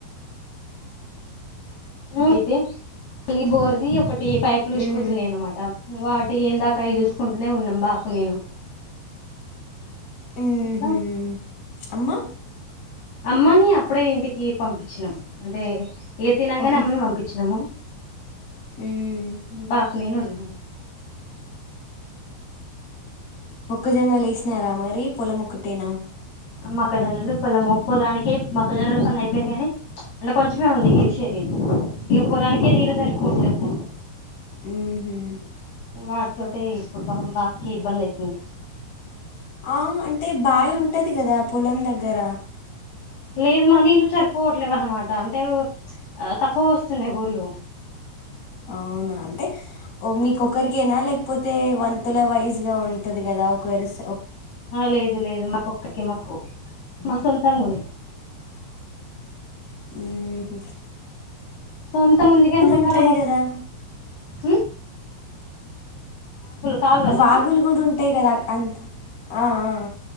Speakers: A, on the left (about 60°); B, on the left (about 45°).
A: అయితే మల్లీ బోర్ది ఒకటి పైపులు వూసిపోతున్నాయి
B: మ్మ్.
A: అనమాట వా ఏందాకా అవయి చూసుకుంటూనే ఉన్నాం బాపు నేను
B: మ్మ్హ్మ్.
A: ఎట్ల
B: అమ్మ
A: అమ్మని అప్పుడే ఇంటికి పంపించినం అంటే ఏ తినంగానే
B: ఓహో
A: అమ్మ ని పంపించినాము
B: మ్మ్.
A: బాపు నేను ఉన్నాం గు
B: మొక్కజన్న లేేసినారా మరి పొలముమొక్కటేనా
A: మొక్కజొన్నలు పొలము పొలానికి మొక్కజొన్నలు పని అయిపోయింది కాగాని అంటే కొంచెమే ఉంది ఇరిచేది ఇక పొలానికి నీళ్లు సరిపోవట్లేదు
B: మ్.. హుమ్
A: వాటితోటే ఇప్పుడు పాపం బాపుకి ఇబ్బంది అయితుంది
B: అ అంటే బావి ఉంటది కదా పొలం దగ్గర
A: లేదు మనీళ్లు సరిపోవట్లేవ అన్నమాట అంటే తక్కువ వస్తున్నాయి బోర్లు
B: అవునా అంటే ఓ మీకొరికేనా లేక పోతే వంతుల వైజ్ గా ఉంట ప <unintelligible>
A: ఆ లేదు లేదు మాకు ఒక్కకి మాకు మా సొంతంగుంది
B: ఉహు
A: సొంత ముందిగా ఎండాకాలము
B: ఉంటాయి గదా!
A: ఉ కాలువల
B: వాగులు కూడా ఉంటాయి కదా అంత ఆ ఆ